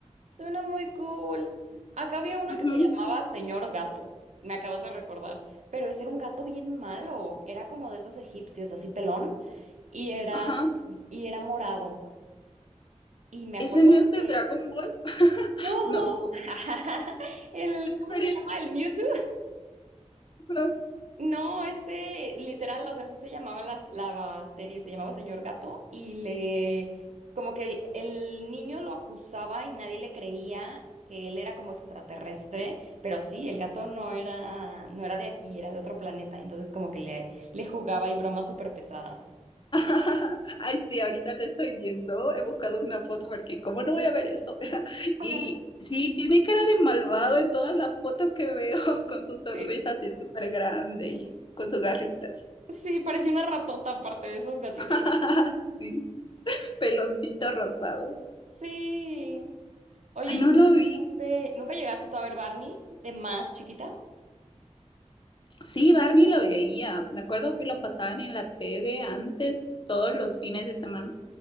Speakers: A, on the right (about 70°); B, on the left (about 40°).
A: Suena muy cool. Acá había una
B: Ujú, <laughs>
A: que se llamaba
B: son súper
A: Señor
B: tiernos.
A: Gato. Me acabas de recordar. Pero ese era un gato bien malo. Era como de esos egipcios, así pelón. Y era,
B: Ajá.
A: y era morado. Y me
B: ¿Ese
A: acuerdo
B: no es
A: que.
B: de Dragon Ball? <laughs>
A: ¡No!
B: No,
A: <laughs> El, ¿cómo
B: ¿cuál
A: se llama? ¿El Mewtwo?
B: <laughs>
A: No, este, literal, o sea, así se llamaba la, la serie, se llamaba Señor Gato y le, como que el, el niño lo acusaba y nadie le creía que él era como extraterrestre, pero sí, el gato no era, no era de aquí, era de otro planeta, entonces como que le, le jugaba y bromas súper pesadas.
B: <laughs> Ay, sí, ahorita lo estoy viendo. He buscado una foto porque, ¿cómo no voy a ver eso? <laughs>
A: Ajá,
B: Y sí, tiene cara de malvado en todas las fotos que veo, <laughs> con su sonrisa
A: Sí,
B: así súper grande y con sus garritas.
A: Sí, parecía una ratota aparte de esos gatitos.
B: <laughs> Sí, peloncito rosado.
A: Sí. Oye,
B: Ay,
A: ¿y
B: no
A: ¿nunca
B: lo vi.
A: llegaste nunca llegaste tú a ver Barney de más chiquita?
B: Sí, Barney lo veía. Me acuerdo que lo pasaban en la TV antes, todos los fines de semana.